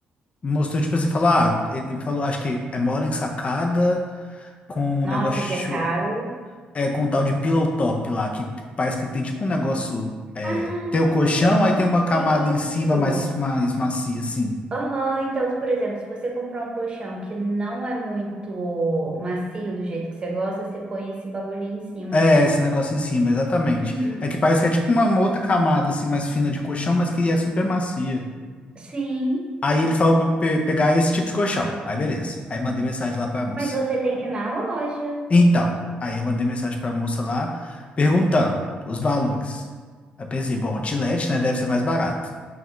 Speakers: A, on the left (about 40°); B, on the right (about 30°).
A: Me Mostrou, tipo assim, falou, ah, ele ele me falou, acho que é mole ensacada, com um
B: Nossa,
A: negócio
B: esse é caro.
A: é, com um tal de pillow top lá, que parece que tem tipo um negócio. É,
B: Ah,
A: tem o colchão,
B: eu
A: aí
B: sei
A: tem
B: o
A: uma
B: que
A: camada
B: que é
A: em cima
B: isso.
A: mais, mais macia, assim.
B: Aham, então, por exemplo, se você comprar um colchão que não é muito macio do jeito que você gosta, você põe esse bagulhinho em cima.
A: É, esse negócio em cima, exatamente.
B: Uhum.
A: É que parece que é tipo uma outra camada, assim, mais fina de colchão, mas que é super macia.
B: Sim,
A: Aí ele falou pra eu pe- pegar esse tipo de colchão. Aí beleza. Aí mandei mensagem lá pra moça.
B: mas você tem que ir na loja.
A: Então, aí eu mandei mensagem pra moça lá, perguntando os valores. Aí pensei, bom, o Tilete, né, deve ser mais barato.